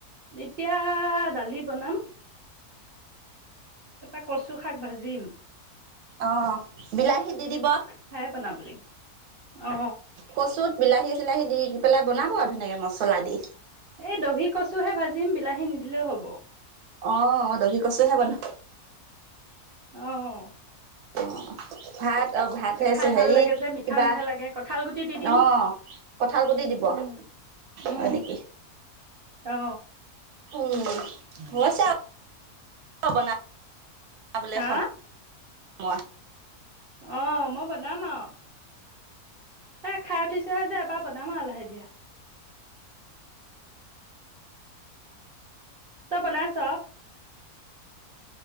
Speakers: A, on the right; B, on the right.
A: এতিয়া দালি বনাম তাপা কচু শাক ভাজিম
B: অ', বিলাহী দি দিব
A: সেয়াই বনাব লাগিব অ
B: কচুত বিলাহী চিলাহী দি পেলাই বনাব আৰু ধুনীয়াকৈ মছলা দি।
A: এই দহি কচু হে ভাজি দিম বিলাহী নিদিলেও হ'ব।
B: অ', দহি কচুহে বনাব।
A: অ।
B: অ', ভাত। ত ভাতছে
A: খাই
B: হেৰি
A: ভাল লাগে যে মিঠা
B: কিবা
A: মিঠা লাগে কঁঠাল গুটি দি দিম
B: অ কঁঠাল গুতি দিব
A: উম উম
B: হয় নেকি।
A: অ
B: উম মই চ না বনা বনাবলে
A: হা
B: সময় মই।
A: অ', মই বনাম আৱ। এ খাই উঠিছোহে যে এবাৰ বনাম আৰু লাহে দিহে। ত বনাই ছ।